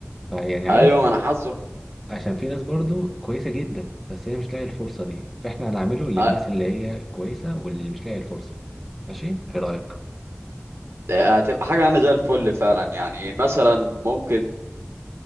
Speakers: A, in the centre; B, on the right.
A: فيعني عارف
B: ايوه ما انا حاسه
A: عشان في ناس برضو كويسة جدا بس هي مش لاقية الفرصة دي فاحنا هنعمله للناس
B: ه-
A: اللي هي كويسة واللي مش لاقية الفرصة ماشي ايه رأيك
B: هتبقى حاجه انا زي الفل فعلا يعني مثلا ممكن